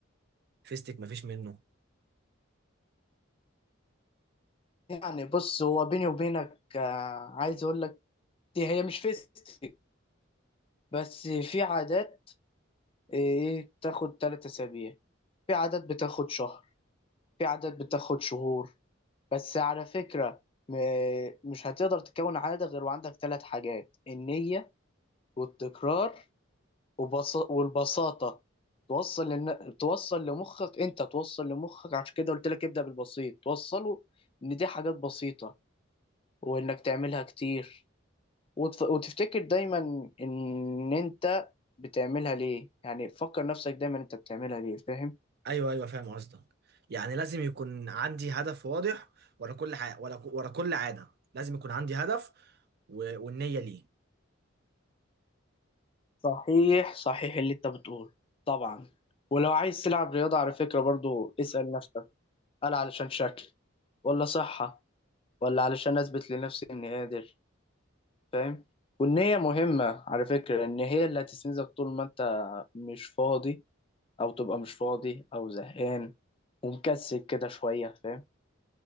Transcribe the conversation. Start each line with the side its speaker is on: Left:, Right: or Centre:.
Right: فيستك مفيش منه
Left: يعني بص هو بيني وبينك آه، عايز اقول لك دي هي مش فيستك بس في عادات ايه بتاخد تلات اسابيع في عادات بتاخد شهر في عادات بتاخد شهور بس على فكرة م- مش هتقدر تكون عادة غير وعندك ثلاث حاجات النية والتكرار وبس... والبساطة توصل لن... توصل لمخك انت توصل لمخك عشان كده قلت لك ابدأ بالبسيط توصله ان دي حاجات بسيطة وانك تعملها كتير وتف... وتفتكر دايما ان انت بتعملها ليه يعني فكر نفسك دايما انت بتعملها ليه فاهم
Right: ايوه ايوه فاهم قصدك يعني لازم يكون عندي هدف واضح ورا كل حاجه ورا ورا كل عاده لازم يكون عندي هدف و- والنيه ليه
Left: صحيح صحيح اللي انت بتقول طبعا ولو عايز تلعب رياضة على فكرة برضو اسأل نفسك هل علشان شكل ولا صحة ولا علشان اثبت لنفسي اني قادر فاهم والنية مهمة على فكرة إن هي اللي هتستنزف طول ما أنت مش فاضي أو تبقى مش فاضي أو زهقان ومكسل كده شوية فاهم